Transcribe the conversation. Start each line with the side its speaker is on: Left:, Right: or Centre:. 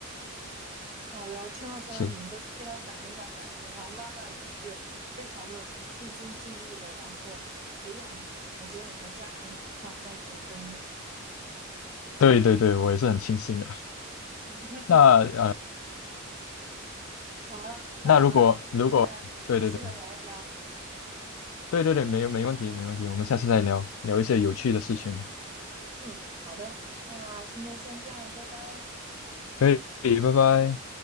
Right: 好的，听得出来你们都是非常感恩的孩子，
Left: 是，
Right: 然后妈妈也是非常的尽心尽力的，然后培养你们。我觉得你们的家庭是非常非常成功的。
Left: 对对对，我也是很庆幸的。
Right: 嗯，
Left: 那呃，
Right: <laughs> 好啊，那我们下次再详细的聊一聊。
Left: 那如果如果，对对对对对对，没有没问题没问题，我们下次再聊聊一些有趣的事情，
Right: 嗯，好的，那今天先这样，拜拜。
Left: 可以，拜拜。